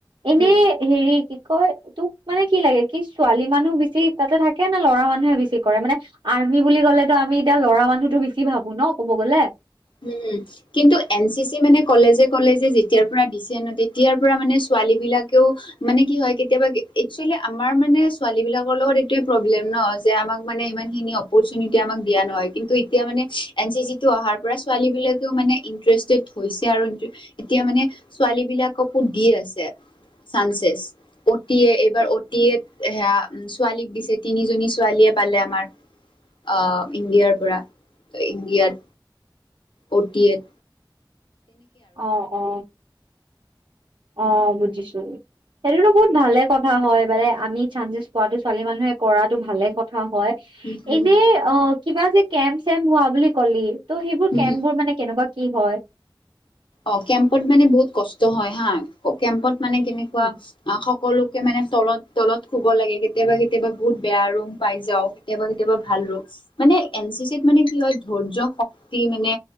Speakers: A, on the right (about 75°); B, on the left (about 85°).
A: এনে
B: উম
A: হেৰি কি কয় তোক মানে কি লাগে কি ছোৱালী মানুহ বেছি তাতে থাকে নে লৰা মানুহে বেছি কৰে মানে আই নি বুলি ক'লে আমি এতিয়া ল'ৰা মানুহটো বেছি ভাবো ন' ক'ব গ'লে।
B: উম কিন্তু এন চি চি মানে কলেজে কলেজে যেতিয়াৰ পৰা দিছে আন তেতিয়াৰ পৰা মানে ছো ছোৱালিবিলাকেও মানে কি হয় কেতিয়াবা একচৱেলি আমাৰ মানে ছোৱালীবিলাকৰ লগত এইটোৱে প্ৰব্লেম অ যে আমাক মানে ইমান খিনি অপৌচুনেটি আমাক দিয়া নহয় কিন্তু এতিয়া মানে এন চি চি টো অহাৰ পৰা ছোৱালী বিলাকেও মানে ইন্টেছ্ষ্টেড হৈছে আৰু ইন--এতিয়া মানে ছোৱালী বিলাককো দি আছে চানচেচ অটিয়ে এইবাৰ অটিয়েট সেয়া ছোৱালীক দিছে তিনিজনী ছোৱালীয়ে এ পালে আমাৰ অহ ইণ্ডিয়াৰ পৰা ইণ্ডিয়াত অটীয়েত
A: অ অ অ বুজিছো সেইটোতো বহুত ভালে কথা হয় বাৰু আমি চান্ঞ্চেছ পোৱাটো ছোৱালী মানুহে কৰাতো ভালে কথা হয়
B: উম হুম
A: এনেই
B: হুম
A: অ কিবা যে কেম্প চেম্প হোৱা বুলি ক'লি ত' সেইবোৰ
B: হুম
A: কেম্পবোৰ মানে কেনেকুৱা কি হয়?
B: অ কেম্পত মানে বহুত কষ্ট হয় হা কেম্পত মানে কেনেকুৱা
A: উম,
B: অ হক সকলোকে মানে তলত তলত শুব লাগে কেতিয়াবা কেতিয়াবা বহুত বেয়া ৰুম পাই যাও কেতিয়াবা কেতিয়াবা ভাল ৰু মানে এন চি চিত মানে কি হয় ধৈৰ্য্য শক্তি মানে